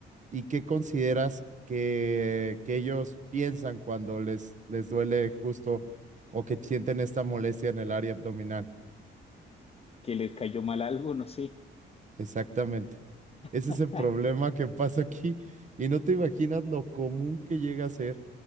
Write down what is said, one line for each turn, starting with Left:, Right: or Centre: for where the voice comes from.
Right: y qué consideras que, que ellos piensan cuando les, les duele justo o que sienten esta molestia en el área abdominal?
Left: Que le cayó mal algo, no sé.
Right: Exactamente. Ese
Left: <laughs>
Right: es el problema que pasa aquí y no te imaginas lo común que llega a ser.